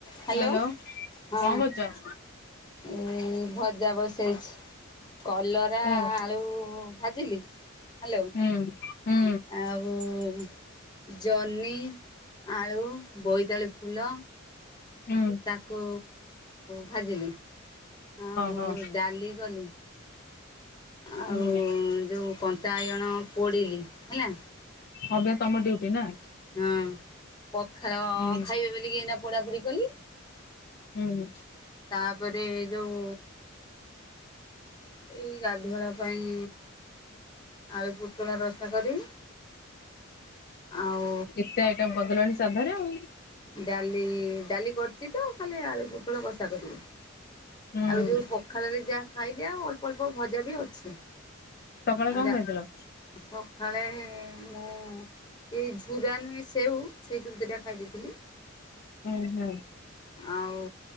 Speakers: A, on the left; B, on the left.
A: Hello.
B: Hello
A: ହଁ
B: କଣ କରୁଚ।
A: ଏଇ ଭଜା ବସେଇଛି କଲ ପୁରି
B: ହୁଁ
A: ଆଳୁ ଭାଜିଲି ହାଲୋ
B: ହୁଁ ହୁଁ
A: ଆଉ ଓ ଜହ୍ନି ଆଳୁ ବୋଇତାଳୁ ଫୁଲ
B: ହଁ
A: ତାକୁ ଭାଜିଲି ଆଉ
B: ହଁ
A: ଡ଼ାଲି କଲି। ଆଉ
B: ହୁଁ
A: ଯଉଁ କଣ୍ଟା ବାଇଗଣ ପୋଡ଼ିଲି ହେଲା।
B: ହବ ତମ ଡୁଉଟି ନା?
A: ହଁ ପଖଳ
B: ହୁଁ
A: ଖାଇବେ ବୋଲିକି ଏଇନା ପୋଢାପୋଢ କଲି।
B: ହୁଁ।
A: ତାପରେ ଏଇଯଉ ଏଇ ଗାଧୁଆଳ ପାଇଁ ଆଳୁ ପୋଟଳ ରଷା କରିବି ଆଉ
B: ଏତେ ଆଇଟମ କରିଦେଲଣି ସାଧାରେ ଆଉ।
A: ଡାଲି ଡ଼ାଲି କରିଚିତ। ଖାଲି ଆଳୁ ପୋଟଳ କଷା କରିବି
B: ହୁଁ।
A: ଆଉ ଯୋଉ ସଖାଳରେ ଯାହା ଖାଇଲେ ଆଉ ଅଳ୍ପ ଅଳ୍ପ ଭଜାବି ଅଛି।
B: ସକାଳେ
A: ଆଉ
B: କଣ
A: ଡା
B: ଖାଇଥିଲ?
A: ସକାଳେ ମୁଁ ଏଇ ଝୁରା ନୁହେଁ ସେଉ ସେଇତିରୁ ଦିଟା ଖାଇ ଦେଇଥିଲି।
B: ହୁଁ ହୁଁ।
A: ଆଉ